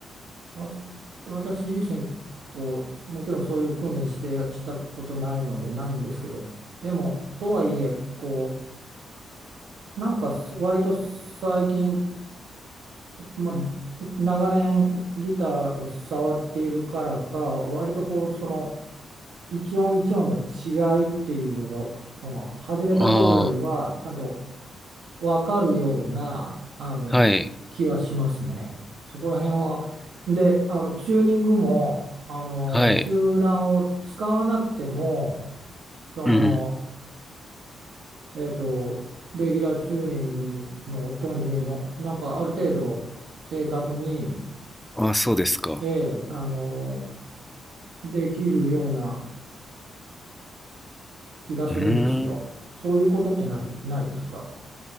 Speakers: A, on the right (about 75°); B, in the centre.
A: わず私自身こうもちろんそういう訓練してしたことないのでないんですけどでもとはいえこうなんかす割と最近、まあ、長年ギターを触っているからか割とこうその一音一音の違いっていうのがその始めた頃よりはちゃんと
B: ああ、
A: わかるようなあの気はしますね。
B: はい。
A: そこら辺は。で、あのチューニングもあのチューナーを使わなくても
B: はい。
A: その、
B: うん。
A: えっと、レギュラーチューニングにの音にもなんかある程度正確に、
B: あそうですか。
A: ええあのできるような気がするんですよ。
B: うーん。
A: そういうことってない、ないですか